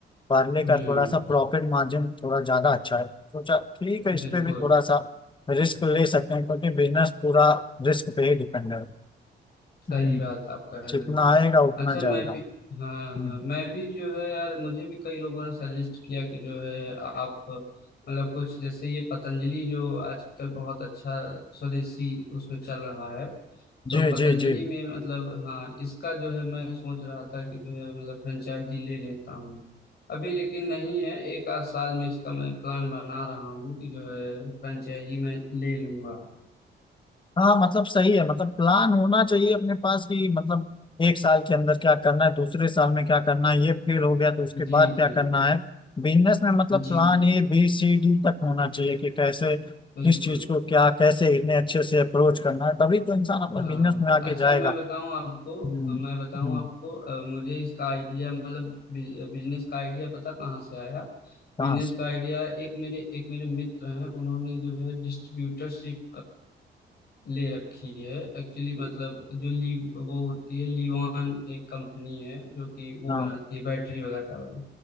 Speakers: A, on the left (about 25°); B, on the left (about 60°).
A: पार्ले का
B: हम्म
A: थोड़ा सा प्रॉफिट मार्जिन थोड़ा ज़्यादा अच्छा है सोचा ठीक है
B: बिल्कुल
A: इस पे भी थोड़ा सा रिस्क ले सकते हैं क्योंकि बिजनेस पूरा रिस्क पे ही डिपेंड है
B: सही
A: हम्म,
B: बात आप कह रहे
A: जितना
B: हैं
A: आएगा उतना
B: अच्छा मैं
A: जाएगा
B: भी हाँ
A: हम्म,
B: हाँ मैं भी जो है यार मुझे भी कई लोगों ने सजेस्ट किया कि जो है आप मतलब कुछ जैसे ये पतंजलि जो आजकल बहुत अच्छा स्वदेशी उसमें चल रहा है तो
A: जी
B: पतंजलि
A: जी जी
B: में मतलब हाँ इसका जो है मैं सोच रहा था कि जो है मतलब फ्रेंचाइजी ले लेता हूँ अभी लेकिन नहीं है एक आध साल में इसका मैं प्लान बना रहा हूँ कि जो है फ्रेंचाइजी मैं ले लूंगा
A: हाँ मतलब सही है मतलब प्लान होना चाहिए अपने पास कि मतलब एक साल के अंदर क्या करना है दूसरे साल में क्या करना है ये फेल हो गया तो उसके
B: जी
A: बाद क्या
B: जी
A: करना है बिजनेस में मतलब
B: जी
A: plan
B: जी
A: A B C D तक होना चाहिए कि कैसे किस
B: बिल्कुल
A: चीज को क्या कैसे इतने अच्छे से अप्रोच करना है तभी तो इंसान अपना
B: हाँ
A: बिजनेस में आगे
B: अच्छा
A: जाएगा
B: मैं बताऊं आपको
A: हम्म
B: मैं बताऊं
A: हम्म
B: आपको अ, मुझे इसका आइडिया मतलब बिजनेस का आइडिया पता कहाँ से आया
A: हाँ
B: बिजनेस का आइडिया एक मेरे एक मेरे मित्र हैं उन्होंने जो है डिस्ट्रीब्यूटरशिप ले रखी है एक्चुअली मतलब जो ली वो होती है लीवान एक कंपनी है जो कि वो
A: हाँ
B: बनाती है बैटरी वगैरह वाली